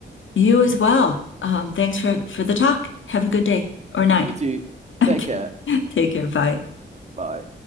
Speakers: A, on the left (about 80°); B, on the right (about 35°).
A: you as well. Um, thanks for for the talk. Have a good day or night.
B: You too.
A: <laughs> Okay.
B: Take care.
A: Take care. Bye.
B: Bye.